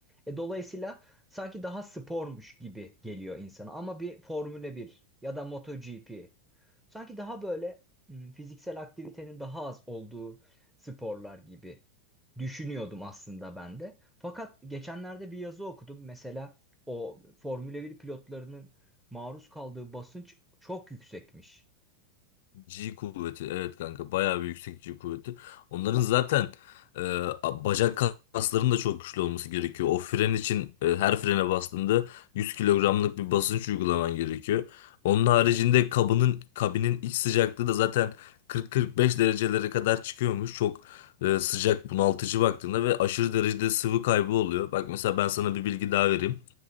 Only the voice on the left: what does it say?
G kuvveti evet kanka bayağı bir yüksek G kuvveti. Onların zaten e, a- bacak kaslarının da çok güçlü olması gerekiyor. O fren için e, her frene bastığında 100 kilogramlık bir basınç uygulaman gerekiyor. Onun haricinde kabının kabinin iç sıcaklığı da zaten 40-45 derecelere kadar çıkıyormuş. Çok e, sıcak bunaltıcı baktığında ve aşırı derecede sıvı kaybı oluyor. Bak mesela ben sana bir bilgi daha vereyim.